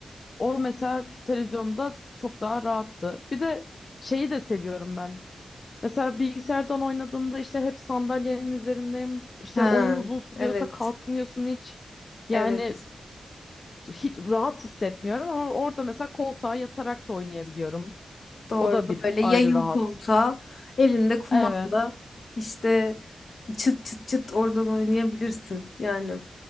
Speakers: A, on the left; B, on the left.
A: O mesela televizyonda çok daha rahattı. Bir de şeyi de seviyorum ben. Mesela bilgisayardan oynadığımda işte hep sandalyenin üzerindeyim. İşte
B: Ha,
A: oyun uzun sürüyorsa
B: evet.
A: kalkmıyorsun hiç. Yani
B: Evet.
A: hiç rahat hissetmiyorum ama orada mesela koltuğa yatarak da oynayabiliyorum.
B: Doğru
A: O da bir
B: böyle
A: ayrı
B: yayıl
A: rahat.
B: koltuğa elinde kumanda
A: Evet.
B: işte çıt çıt çıt oradan oynayabilirsin yani.